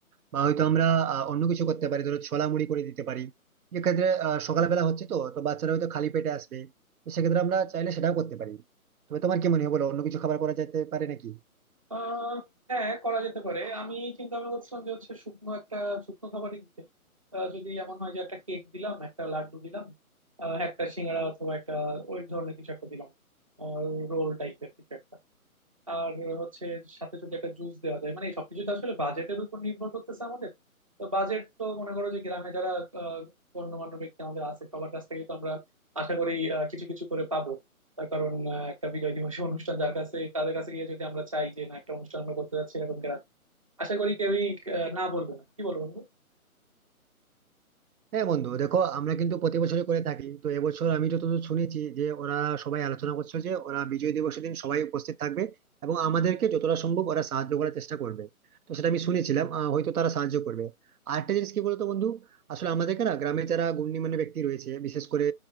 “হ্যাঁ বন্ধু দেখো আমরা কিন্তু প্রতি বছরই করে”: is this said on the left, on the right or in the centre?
Right